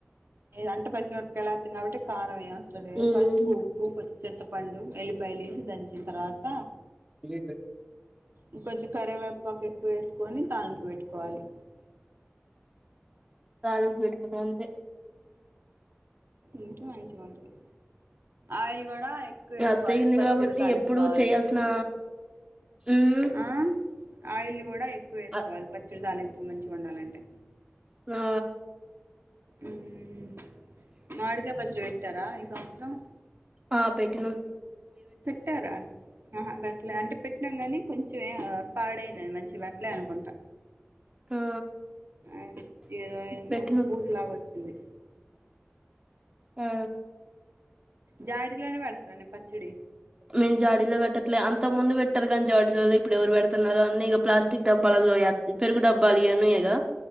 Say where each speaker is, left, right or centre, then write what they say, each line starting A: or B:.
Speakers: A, on the right (about 65°); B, on the right (about 20°).
A: అంటె పచ్చి మెరపకయలేతాం కాబట్టి కారమేయ స్త తలేద
B: ఉమ్
A: పసుపు ఉప్పు కొంచమ్ చింతపండు ఎల్లిపాయలు వేసి దంచిన తర్వాత
B: తిని పె
A: ఇంకొంచెం కరివే పాకు ఎక్కువ వేసుకొని తాలింపు పెట్టుకోవాలి
B: తాలింపు పెట్టుకుంటాం అంతె
A: ఇంట్లో అయించవంటది ఆయిల్ కూడా ఎక్కువ
B: ఇగ
A: వేసుకోవాలి
B: అత్తయ్య ఉంది
A: పచ్చళ్ళ
B: కాబట్టి
A: తాలింపు
B: ఎప్పుడు
A: కావాలంటే
B: చేయాల్సిన ఉమ్
A: ఆ ఆయిల్ కూడ ఎక్కువ వేసుకోవాలి
B: ఆ
A: పచ్చడి తాలింపు మంచిగ వండాలంటె
B: ఆ
A: ఉమ్ మామిడికాయ పచ్చడి పెట్ కుంటారా ఈ సంవత్సరం
B: ఆ పెట్టినమ్
A: పెట్టారా ఆహ బెట్లే అంటె పెట్టినాం కానీ కొంచెం పాడైందని మంచిగ బెట్లే అనుకుంటా
B: ఆ
A: అయ్ ఏదో అయిన్ది
B: పెట్టినం
A: మంది బూజు లాగా వచ్చింది
B: ఆ
A: జాడిలోనె పెడతారనె పచ్చడి
B: మేము జాడీలొ పెట్టట్లే అంత ముందు పెట్టారు కాని జాడీలలో ఇప్పుడు ఎవరు పెడుతున్నారు అన్నీ ఇక ప్లాస్టిక్ డబ్బాలలో పెరుగు డబ్బాలు ఇవన్నిఎ గా